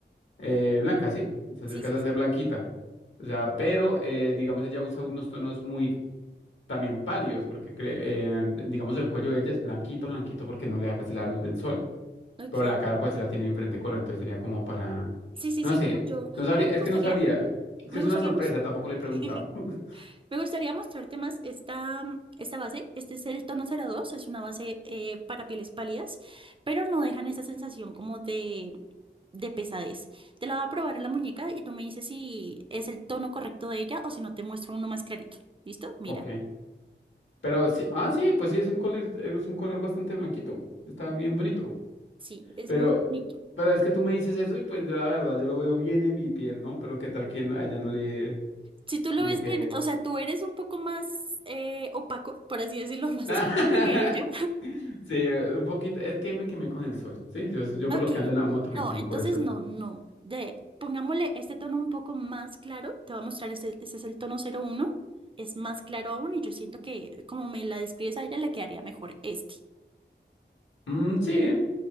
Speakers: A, on the left; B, on the right.
A: eh, blanca, ¿sí? O sea,
B: Sí,
A: sí alcanza
B: sí, sí.
A: a ser blanquita. O sea, pero, eh, digamos, ella usa unos tonos muy también pálidos, porque, cre- eh, digamos, el cuello de ella es blanquito, blanquito, porque no le da casi la luz del sol.
B: Ok.
A: Pero la cara pues sí la tiene de diferente color, entonces sería como para...
B: Sí, sí,
A: No
B: sí,
A: sé,
B: no, yo,
A: no sabría,
B: a mí me
A: es
B: gustaría,
A: que no sabría. Es
B: me
A: que es
B: gustaría
A: una sorpresa,
B: mostrar.
A: tampoco le he preguntado.
B: <laughs>
A: <laughs>
B: Me gustaría mostrarte más esta, esta base. Este es el tono cero dos. es una base eh, para pieles pálidas, pero no dejan esa sensación como de, de pesadez. Te la voy a probar en la muñeca y tú me dices si es el tono correcto de ella o si no te muestro uno más clarito. ¿Listo? Mira,
A: Ok. Pero sí, ah, sí, pues sí, es un color, es un color bastante blanquito. Está bien bonito.
B: sí, es
A: Pero,
B: muy bonito.
A: pero es que tú me dices eso y pues yo la verdad, yo lo veo bien en mi piel, ¿no? Pero qué tal que no, a ella no le,
B: Si tú lo
A: no
B: ves
A: le quede
B: bien,
A: bien.
B: o sea, tú eres un poco más eh, opaco, por así decirlo, <laughs> más
A: <laughs>
B: oscuro que ella.
A: Sí, un poquito, es que me quemé con el sol. Sí, yo, yo
B: Ok,
A: por lo que ando en la moto
B: no,
A: me quemo
B: entonces
A: por el sol.
B: no, no. De, pongámosle este tono un poco más claro. Te voy a mostrar, este, este es el tono cero uno. Es más claro aún y yo siento que como me la describes a ella le quedaría mejor este,
A: Mm, sí,